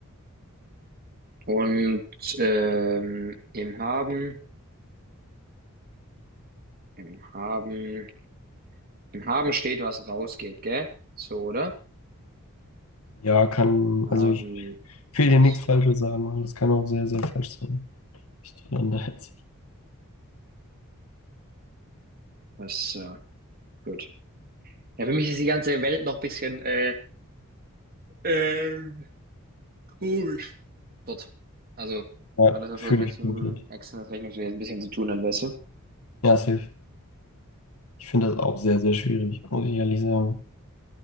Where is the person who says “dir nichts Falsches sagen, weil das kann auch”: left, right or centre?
Left